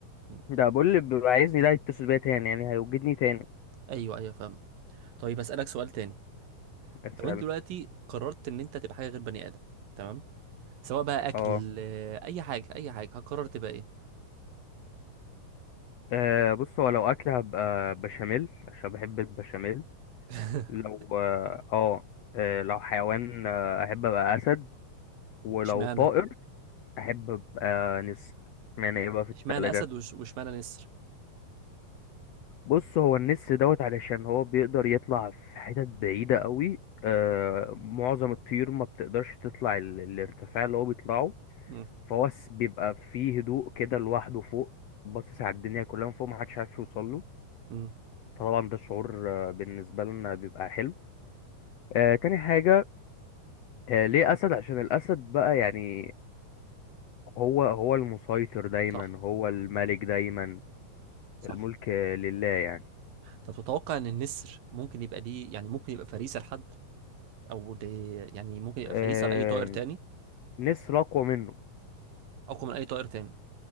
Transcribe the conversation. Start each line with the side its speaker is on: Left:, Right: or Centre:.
Right: أمم،
Left: ده بقول اللي بيبقى عايزني ده يتصل بيا تاني يعني هيوجدني تاني
Right: ايوه ايوه فاهمك طيب اسالك سؤال تاني
Left: اسال
Right: لو انت دلوقتي قررت ان انت تبقى حاجه غير بني ادم تمام سواء بقى اكل
Left: اه
Right: آه، اي حاجه اي حاجه هتقرر تبقى ايه
Left: آه، بص هو لو اكل هبقى بشاميل عشان بحب البشاميل
Right: <laughs>
Left: لو اه آه، آه، لو حيوان آه، احب ابقى اسد ولو
Right: اشمعنى
Left: طائر احب ابقى نسر معنى ايه بقى في التلاجة
Right: اشمعنى اسد وش- واشمعنى نسر
Left: بص هو النس دوت علشان هو بيقدر يطلع في حتت بعيدة قوي آه معظم الطيور ما بتقدرش تطلع ال- الارتفاع اللي هو بيطلعه
Right: امم
Left: فهو س- بيبقى فيه هدوء كده لوحده فوق باصص على الدنيا كلها من فوق محدش عارف يوصل له
Right: امم
Left: فطبعا ده شعور آه، بالنسبة لنا بيبقى حلو آه تاني حاجة آه ليه أسد عشان الأسد بقى يعني هو هو المسيطر دايما
Right: صح
Left: هو الملك دايما
Right: صح
Left: الملك آه، لله يعني
Right: طب تتوقع ان النسر ممكن يبقى ليه يعني ممكن يبقى فريسه لحد او ل... يعني ممكن يبقى
Left: آه
Right: فريسه لاي طائر تاني
Left: نسر أقوى منه
Right: اقوى من اي طائر تاني